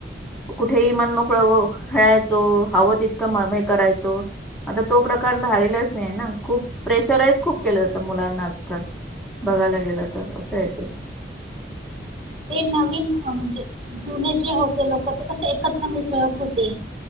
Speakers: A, in the centre; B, on the right.
A: कुठेही मन मोकळ खेळाय चो हवं ततकं हे करायचो. आता तो प्रकार धालेलाच नाही ना खूप प्रेशराईज खूप केलं जातं मुलांना आजकाल. बघायला गेल तर असं य तेे.
B: ते नवीन म्हणजे जुने जे होते लोक ते कसे एकत्र मिसळत होते.